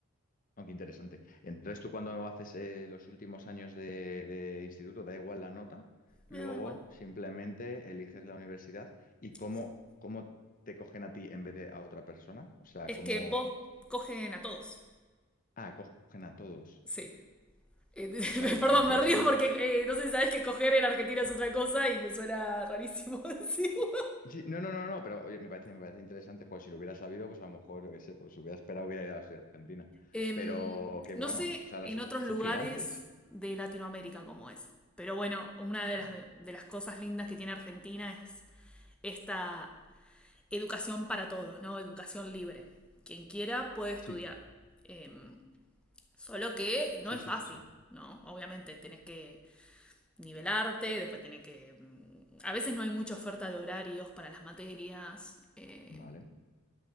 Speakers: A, on the left; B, in the centre.
A: Aunque interesante. Entonces, tú cuando haces eh, los últimos años de, de instituto, da igual la nota, luego
B: Me da igual,
A: simplemente eliges la universidad y cómo,
B: sí.
A: cómo te cogen a ti en vez de a otra persona. O sea,
B: Es
A: cómo...
B: que vos cogen a todos.
A: Ah, cogen a todos.
B: Sí. Eh, <laughs>
A: O sea, que las
B: perdón,
A: universidades
B: me río
A: son... ge-
B: porque eh, no sé si sabés que coger en Argentina es otra cosa y me suena rarísimo <laughs> decirlo.
A: Sí, No, no, no, no, pero oye, me parece, me parece interesante. Joder, si lo hubiera sabido, pues a lo mejor, yo qué sé, pues hubiera esperado, hubiera ido a estudiar a Argentina.
B: Em,
A: Pero qué
B: no
A: bueno.
B: sé
A: O sea,
B: en
A: las-
B: otros
A: son
B: lugares
A: gigantes.
B: de Latinoamérica cómo es, pero bueno, una de
A: Ya.
B: las, de las cosas lindas que tiene Argentina es esta educación para todos, ¿no? Educación libre. Quien quiera puede estudiar.
A: Sí,
B: Em, solo que
A: sí,
B: no es
A: sí,
B: fácil,
A: sí, sí.
B: ¿no? Obviamente tenés que nivelarte, después tenés que... mm, A veces no hay mucha oferta de horarios para las materias. em,
A: Vale,